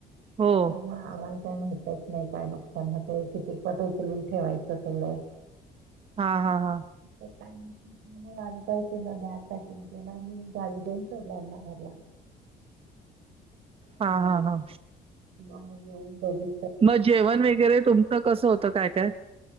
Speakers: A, on the right (about 35°); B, on the right (about 80°).
A: हा
B: त्यामुळे आम्हाला काय माहितच नाही काय नुकसान होतंय किती पट उचलून ठेवायचं सगळं
A: हा हा हा
B: आ काहीच ब पॅकिंग ना आणि गाडी देऊन सोला?
A: हा हा हा
B: येऊन बजे
A: मग जेवण वगैरे तुमचं कसं होतं काय काय?